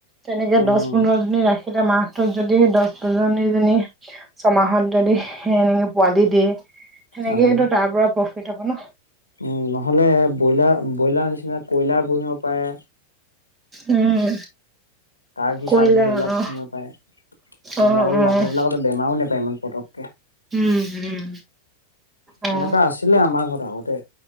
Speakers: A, on the right; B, on the left.
A: তেনেকে
B: উম
A: দহ পোন্ধৰ জনী ৰাখি তেতিয়া মাহটোত যদি দহ দুজনীজনী ছমাহত যদি সে এনেকে পোৱালি দিয়ে সেনেকে
B: আকৌ
A: তো তাৰ পৰা পঢ় কৰি থাকো ন
B: উম নহ'লে ব্ৰইলাৰ ব্ৰইলাৰ নিচিনা কয়লাৰ পুহিব পাৰে
A: উম
B: কাৰ কি
A: কৰিলা
B: চাৰ্ কি সেইবিলাক
A: অ
B: শুনিব পাৰে সেইবিলাকতো
A: অ অ
B: লাভ সেইবিলাকতো বেমাৰো নোপায় ইমান পতককে
A: উম উম অ
B: সেনেকোৱা আছিলে আমাৰ ঘৰত আগতে